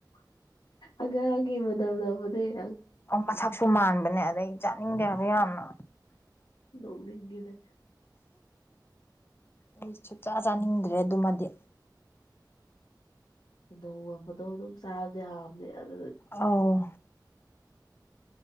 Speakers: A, on the left (about 80°); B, on the left (about 30°).
A: <unintelligible>
B: ꯑ ꯃꯁꯛꯁꯨ ꯃꯥꯟꯕꯅꯦ ꯑꯗꯩ ꯆꯥꯅꯤꯡꯗꯦ ꯍꯥꯏꯕ ꯌꯥꯝꯅ
A: ꯅꯣꯛꯅꯤꯡꯉꯤꯗ
B: ꯑꯩ ꯁꯨꯛꯆꯥ ꯆꯥꯅꯤꯡꯗ꯭ꯔꯦ ꯑꯗꯨꯃꯗꯤ
A: ꯑꯗꯨꯒ ꯐꯣꯇꯣ ꯑꯗꯨꯝ ꯆꯥꯕꯗꯤ ꯍꯥꯎꯕꯅꯦ ꯑꯗꯨ
B: ꯑꯧ